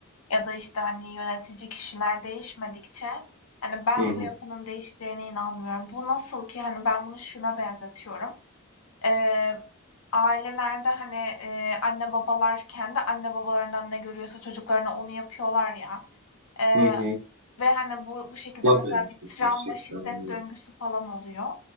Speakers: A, on the left; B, on the right.
A: ya da, işte, hani, yönetici kişiler değişmedikçe, hani, ben
B: Hı hı.
A: bu yapının değişeceğine inanmıyorum. Bu nasıl ki, hani, ben bunu şuna benzetiyorum: Eee, ailelerde, hani, eee, anne babalar kendi anne babalarından ne görüyorsa çocuklarına onu yapıyorlar ya. Eee
B: Hı hı.
A: ve, hani, bu bu şekilde
B: Tabii
A: mesela bir travma,
B: gerçekten.
A: şiddet
B: öyle.
A: döngüsü falan oluyor.